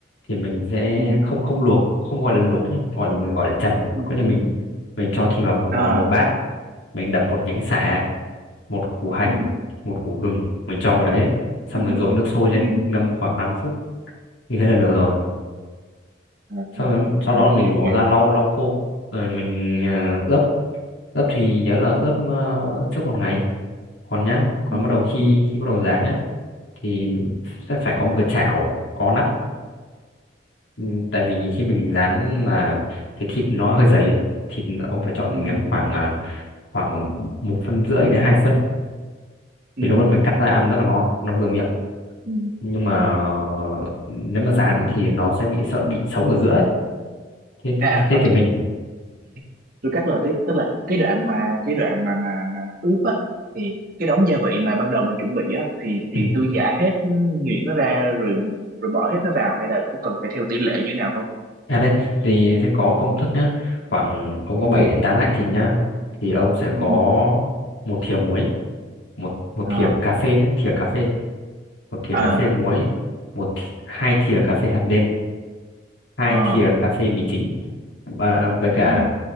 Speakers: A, on the left; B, on the right.
A: thì mình sẽ
B: ừ
A: không không luộc không gọi là luộc nhé gọi mình gọi là trần
B: ừ
A: có nghĩa là mình mình cho thịt vào
B: à
A: vào một bát mình đập một nhánh sả một củ hành
B: ừ
A: một củ gừng mình cho vào đấy xong
B: ừ
A: mình dội nước sôi lên
B: ừ
A: ngâm khoảng năm phút như thế là được rồi
B: à,
A: sau
B: ừ,
A: đó, sau
B: à
A: đó mình
B: hiểu
A: bỏ
B: hiểu
A: ra lau lau khô rồi mình ờ, ướp ướp thì nhớ là ướp ờ, trước một ngày còn nhá còn
B: ừ
A: bắt đầu khi khi bắt đầu dán nhá thì sẽ phải có một cái chảo có nắp Ừ, tại vì khi mình dán là cái thịt nó hơi dày ấy thịt ông phải chọn
B: ừ
A: miếng khoảng à, khoảng một phân rưỡi đến hai phân
B: ừ
A: thì lúc đó mình cắt ra ăn rất là ngon nó vừa miệng
B: ừ.
A: nhưng mà nếu mà dán thì nó sẽ bị sợ bị sống ở giữa ấy. Thế, thế,
B: à à
A: thế, thế
B: khoan
A: thì
B: từ
A: mình
B: từ <clears throat> tôi cắt lời tiếp tức là cái đoạn mà cái đoạn mà mà mà ướp á thì cái đống gia vị mà ban đầu mình chuẩn bị á thì thì
A: <clears throat>
B: tôi giả hết nhuyễn nó ra rồi rồi bỏ hết nó vào hay là có cần phải theo tỷ lệ như thế nào không?
A: à đây thì sẽ có công thức nhá khoảng ông có 7
B: Ừ.
A: đến 8 lạng thịt nhá thì ông sẽ có
B: ừ
A: một thìa muối một một
B: à
A: thìa cà phê nhé thìa cà phê một thìa
B: à
A: cà phê muối một thi- hai thìa cà phê hạt nêm hai
B: à
A: thìa cà phê mì chính và với cả
B: ừ